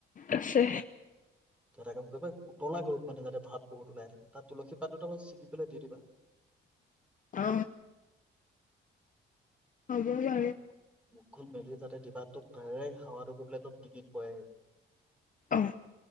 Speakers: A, on the left; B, in the centre.
A: আছে।
B: তে এটা কাম কৰিবা, উতলা গৰম পানী যাতে ভাপ বহুত ওলাই থাকে, তাত তুলসী পাত দুটা মান ছিঙি পেলাই দি দিবা।
A: অ। হ'ব বাৰু।
B: মুখ- মুখখন মেলি যাতে দিবাটোক ডাইৰেক্ট হাৱাটো গৈ পেলাই তত ডটিঙিত পৰেগে।
A: অ।